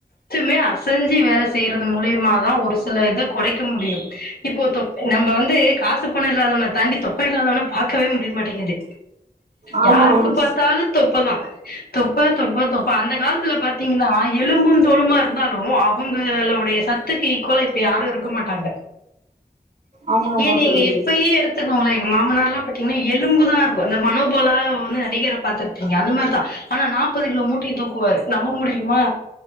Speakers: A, on the left; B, on the right.
A: த்துமே அசஞ்சி வேல செய்யறது மூலயமாதா ஒரு சில இத குறைக்க முடியு இப்போ தொப் நம்ப வந்து காசு பணோ இல்லாதவன தாண்டி தொப்ப இல்லாதவன பாக்கவே முடிய மாட்டேங்கிது
B: ஆமா
A: யாருக்கு
B: ஆமா
A: பாத்தாலு தொப்பதா தொப்ப தொப்ப தொப்ப அந்த காலத்துல பாத்தீங்கன்னா எலும்புந் தோலுமா இருந்தாலு அவங்களோடைய ச தத்து ஈக்குவலா இப்ப யாரு இருக்க மாட்டாங்க
B: ஆமா ஆமா
A: ஏ நீங்க
B: சகோதரி
A: இப்பயே எடுத் துக்கோங்ளே எங்க மாமனார்லா பாத்தீங்ன்னா எலும்புதா இருக்கு அந்த மனோபலா வந்து நடிகர பாத்துர்ப்பீங்க அந்த மாரிதா ஆனா நாப்பது கிலோ மூட்டைய தூக்குவாரு நம்ப முடியுமா